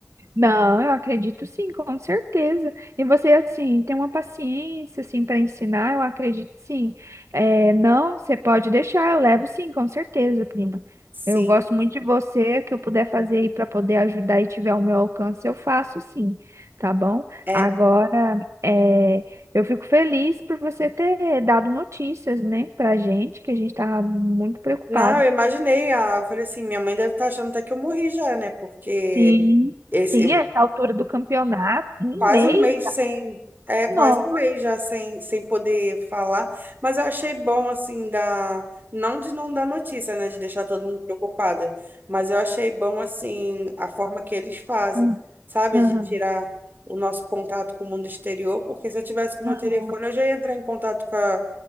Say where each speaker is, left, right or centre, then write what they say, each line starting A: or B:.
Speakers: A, on the right; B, on the right.
A: Não, eu acredito sim, com certeza. E você, assim, tem uma paciência, assim, para ensinar, eu acredito sim. É, não, você pode deixar, eu levo sim, com certeza, prima.
B: Sim.
A: Eu gosto muito de você, o que eu puder fazer aí para poder ajudar e tiver ao meu alcance, eu faço sim, tá bom?
B: É.
A: Agora, é, eu fico feliz por você ter dado notícias, né, pra gente, que a gente tava muito preocupado.
B: Não, eu imaginei. Ah, eu falei assim, minha mãe deve estar achando até que eu morri já, né? Porque
A: Sim,
B: esse
A: sim, essa altura do campeonato, um
B: Quase
A: mês,
B: um mês sem, é, quase
A: não.
B: um mês já sem, sem poder falar, mas eu achei bom, assim, da, não de não dar notícia, né, de deixar todo mundo preocupada, mas eu achei bom, assim, a forma que eles fazem,
A: Ah,
B: sabe,
A: Aham,
B: de tirar o nosso contato com o mundo exterior, porque se eu tivesse com o meu
A: aham,
B: telefone, eu já ia entrar em contato com, a-